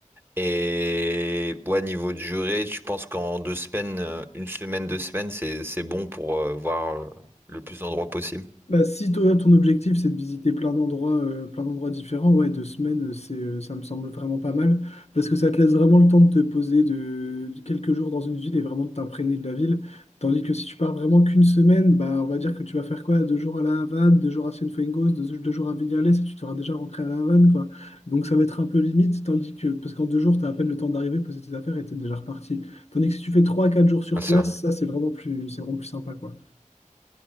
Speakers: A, on the right; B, on the left.
A: Et ouais, niveau de durée, tu penses qu'en deux semaines, euh, une semaine, deux semaines, c'est c'est bon pour euh, voir euh, le plus d'endroits possible.
B: Bah, si toi, ton objectif, c'est de visiter plein d'endroits euh, plein d'endroits différents, ouais, deux semaines, euh, c'est, euh, ça me semble vraiment pas mal, parce que ça te laisse vraiment le temps de te poser de, de quelques jours dans une ville et vraiment de t'imprégner de la ville. Tandis que si tu pars vraiment qu'une semaine, bah, on va dire que tu vas faire quoi? Deux jours à La Havane, deux jours à Cienfuegos, deux, deux jours à Vignales, et tu seras déjà rentré à La Havane, quoi. Donc ça va être un peu limite, tandis que, parce qu'en deux jours, tu as à peine le temps d'arriver, poser tes affaires et t'es déjà reparti. Tandis que si tu fais trois, quatre jours sur
A: Ah, c'est
B: place,
A: vrai.
B: ça, c'est vraiment plus, c'est vraiment plus sympa, quoi.